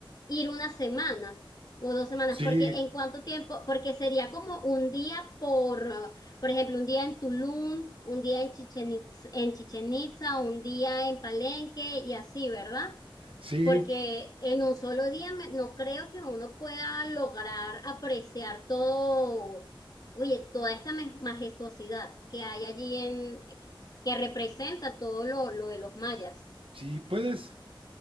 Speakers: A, on the left; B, on the right.
A: ir una semana o dos semanas,
B: Sí,
A: porque en cuánto tiempo, porque sería como un día por, eh, por ejemplo, un día en Tulum, un día en Chichen Itz- en Chichen Itza, un día en Palenque y así, ¿verdad?
B: sí,
A: porque en un solo día me- no creo que uno pueda lograr apreciar todo, oye, toda esta me- majestuosidad que hay allí en, que representa todo lo, lo de los mayas.
B: sí, puedes,